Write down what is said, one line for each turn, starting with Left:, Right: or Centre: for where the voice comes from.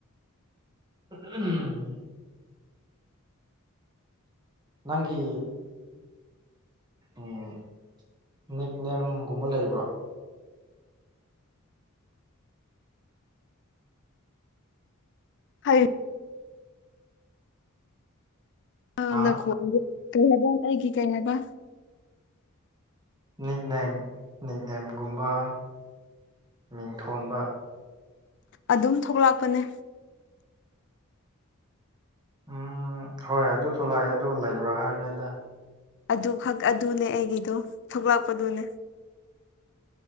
Right: ꯎꯝ ꯅꯪꯒꯤ ꯎꯝ ꯅꯤꯛꯅꯦꯝꯒꯨꯝꯕ ꯂꯩꯕ꯭ꯔꯣ
Left: ꯍꯥꯏ <unintelligible>
Right: ꯍꯥ
Left: ꯀꯩ ꯍꯥꯏꯕ ꯑꯩꯒꯤ ꯀꯩ ꯍꯥꯏꯕ
Right: ꯅꯤꯛꯅꯦꯝ ꯅꯤꯛꯅꯦꯝꯒꯨꯝꯕ ꯃꯤꯡꯊꯣꯟꯕ
Left: ꯑꯗꯨꯝ ꯊꯣꯛꯂꯛꯄꯅꯦ
Right: ꯎꯝ ꯍꯣꯏ ꯑꯗꯨ ꯊꯣꯛꯂꯛꯑꯦ ꯑꯗꯨ ꯂꯩꯕ꯭ꯔꯥ ꯍꯥꯏꯕꯅꯤꯗ
Left: ꯑꯗꯨꯈꯛ ꯑꯗꯨꯅꯦ ꯑꯩꯒꯤꯗꯣ ꯊꯣꯛꯂꯛꯄꯗꯨꯅꯦ